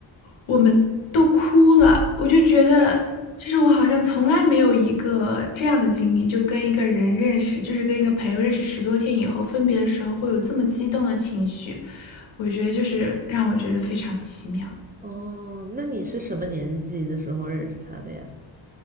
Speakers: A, on the left; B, on the right.
A: 我们都哭了，我就觉得。就是我好像从来没有一个这样的经历，就跟一个人认识，就是跟一个朋友认识十多天以后分别的时候，会有这么激动的情绪。我觉得就是让我觉得非常奇妙
B: 哦，那你是什么年纪的时候认识他的呀？